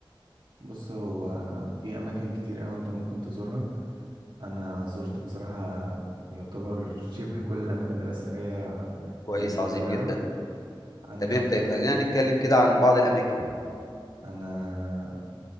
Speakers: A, on the right; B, on the left.
A: بص هو في اماكن كتير قوي انت ممكن تزورها انا زرت بصراحة يعتبر شبه كل الاماكن الاثرية
B: كويس
A: اللي في
B: عظيم
A: القاهرة
B: جدا
A: عندك
B: تمام طيب خلينا نتكلم كده عن بعض الاماكن
A: انا